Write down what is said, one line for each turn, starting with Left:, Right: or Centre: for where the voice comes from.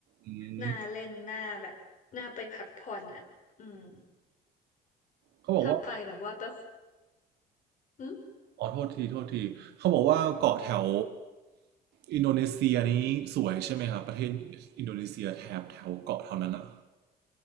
Right: อืม
Left: น่าเล่นน่าแบบน่าไปพักผ่อนอ่ะอืม
Right: เขาบอกว่า
Left: ถ้าไปแบบว่าไปอืม
Right: อ๋อโทษทีโทษทีเขาบอกว่าเกาะแถวอินโดนีเซียนี้สวยใช่ไหมครับประเทศอินโดนีเซียแถบแถวเกาะแถวนั้นอ่ะ